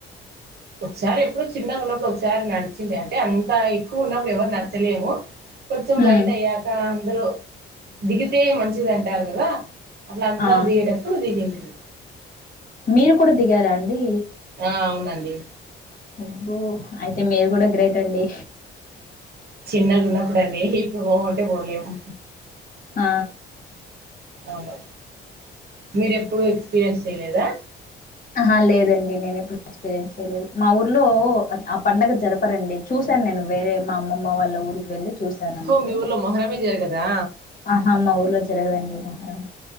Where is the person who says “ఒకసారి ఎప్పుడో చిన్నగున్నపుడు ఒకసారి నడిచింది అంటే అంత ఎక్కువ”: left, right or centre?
Right